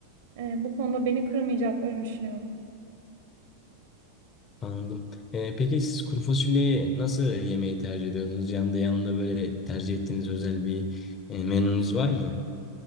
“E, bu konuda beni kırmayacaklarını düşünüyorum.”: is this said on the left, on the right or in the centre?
Right